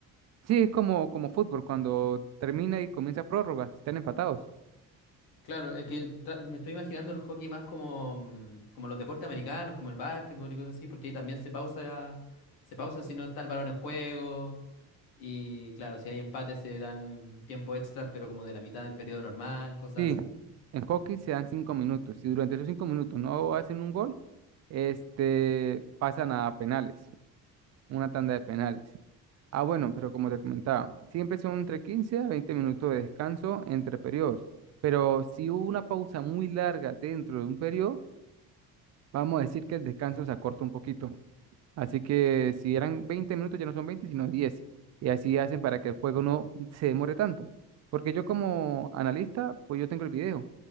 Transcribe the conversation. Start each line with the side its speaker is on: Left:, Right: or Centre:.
Right: sí, es como, como fútbol, cuando termina y comienza prórroga, están empatados.
Left: Claro, es que tra- me estoy imaginando el hockey más como, mm, como los deportes americanos, como el básquetbol y cosas así, porque ahí también se pausa, se pausa si no está el balón en juego. Y claro, si hay empate se dan tiempo extra, pero como de la mitad del periodo normal, cosas
Right: Sí,
Left: así.
Right: en hockey se dan 5 minutos. Si durante esos 5 minutos no hacen un gol, este, pasan a penales, una tanda de penales. Ah, bueno, pero como te comentaba, siempre son entre 15 a 20 minutos de descanso entre periodos. Pero si hubo una pausa muy larga dentro de un periodo, Vamos a decir que el descanso se acorta un poquito. Así que si eran 20 minutos, ya no son 20 sino diez Y así hacen para que el juego no se demore tanto. Porque yo como analista, pues yo tengo el video.